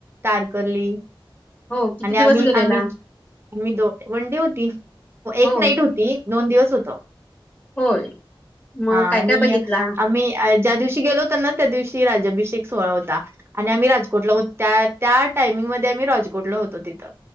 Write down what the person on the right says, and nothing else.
तारकर्ली.
आणि आम्ही
आम्ही आमही दो वनडे होती एक
नाईट होती. ती दोन दिवस होत.
हा
आणि
आम्ही अ ज्या दिवशी गेलो. ताना त्या दिवशी राज्याभिषेक सोहळा होता. आणि आम्ही राजकोटला होतो त्या त्या टायमिंगमध्ये आम्ही राजकोटला होतो तिथं.